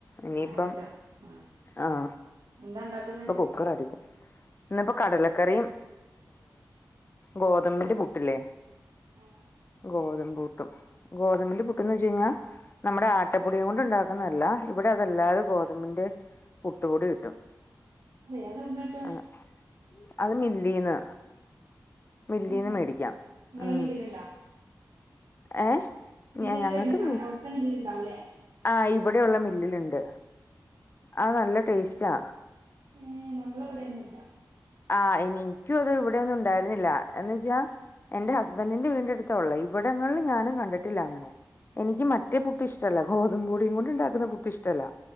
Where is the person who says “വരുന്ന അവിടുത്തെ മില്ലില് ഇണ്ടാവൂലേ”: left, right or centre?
Right